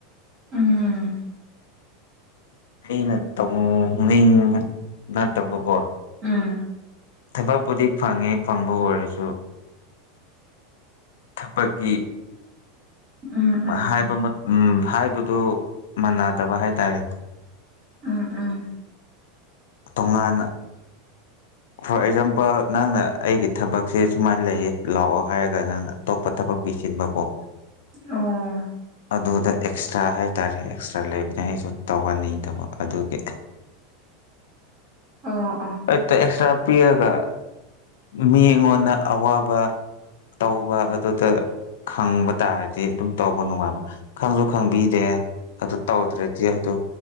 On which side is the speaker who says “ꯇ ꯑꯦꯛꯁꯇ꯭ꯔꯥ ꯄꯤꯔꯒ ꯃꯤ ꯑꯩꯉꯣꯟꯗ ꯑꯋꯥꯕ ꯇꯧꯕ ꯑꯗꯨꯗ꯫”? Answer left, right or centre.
Left